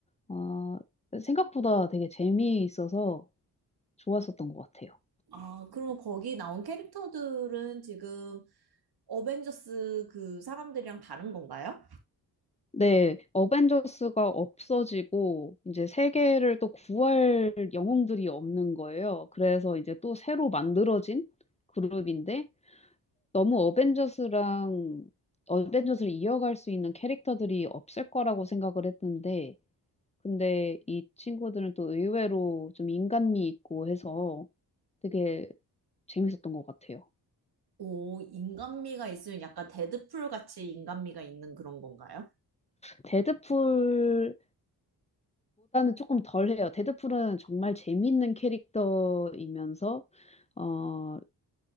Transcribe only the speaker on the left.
어, 생각보다 되게 재미있어서 좋았었던 것 같아요.
네, 어벤져스가 없어지고 이제 세계를 또 구할 영웅들이 없는 거예요. 그래서 이제 또 새로 만들어진 그룹인데 너무 어벤져스랑 어벤져스를 이어갈 수 있는 캐릭터들이 없을 거라고 생각을 했는데, 근데 이 친구들은 또 의외로 좀 인간미 있고 해서 되게 재밌었던 것 같아요.
데드풀보다는 조금 덜해요. 데드풀은 정말 재밌는 캐릭터이면서 어